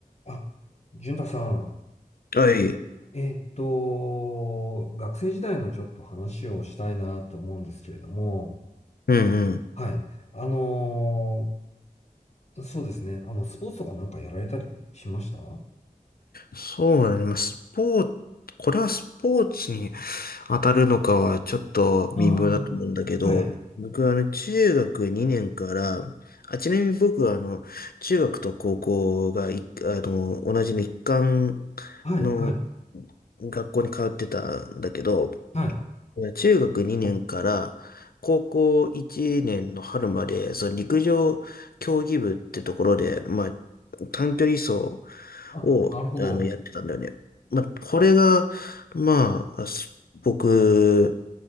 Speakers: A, on the left; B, on the left.
A: あ、淳太さん、
B: はい。
A: えーっと、学生時代のちょっと話をしたいなと思うんですけれども、
B: うんうん。
A: はい。あのーそうですね。あの、スポーツとかなんかやられたりしましたはい
B: そうだね。まあ、スポーツ、これはスポーツに当たるのかはちょっと微妙だと思うんだけど、
A: ああー、はい。
B: 僕はあの中学2年から、あ、ちなみに僕はあの中学と高校がい、あの、同じの一貫
A: はい、
B: の
A: はい、
B: 学校に通ってたんだけど、
A: はい。
B: 中学2年から高校1年の春まで、その陸上競技部ってところで、まあ、短距離走
A: あ、
B: を、
A: なるほど。
B: あの、やってたんだよね。まあ、これが、まあ、す僕